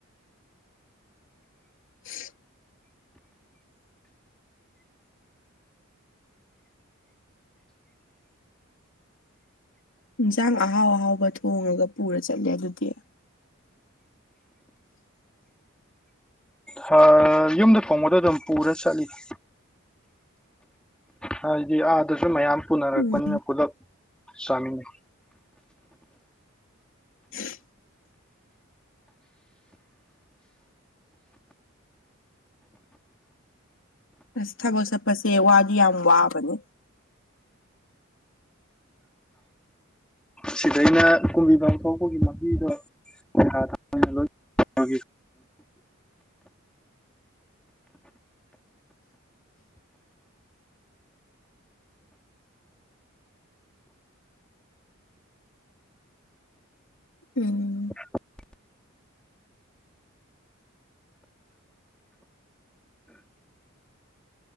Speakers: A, on the left; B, in the centre.
A: <inaudible> ꯏꯟꯖꯥꯡ ꯑꯍꯥꯎ ꯑꯍꯥꯎꯕ ꯊꯣꯡꯉꯒ ꯄꯨꯔ ꯆꯠꯂꯦ ꯑꯗꯨꯗꯤ
B: ꯍꯥ ꯌꯨꯝꯗ ꯊꯣꯡꯕꯗꯣ ꯑꯗꯨꯝ ꯄꯨꯔ ꯆꯠꯂꯤꯅꯤ ꯍꯥꯏꯗꯤ ꯑꯥꯗꯁꯨ ꯃꯌꯥꯝ ꯄꯨꯅꯔꯛꯄꯅꯤꯅ
A: ꯎꯝ
B: ꯄꯨꯂꯞ ꯆꯥꯃꯤꯟꯅꯩ
A: <unintelligible> ꯑꯁ ꯊꯕꯛ ꯆꯠꯄꯁꯦ ꯋꯥꯗꯤ ꯌꯥꯝ ꯋꯥꯕꯅꯤ
B: ꯁꯤꯗꯩꯅ ꯀꯨꯝꯕꯤ ꯐꯥꯎ ꯊꯣꯛꯄꯒꯤ ꯂꯝꯕꯤꯗꯣ <unintelligible>
A: ꯎꯝ
B: <inaudible>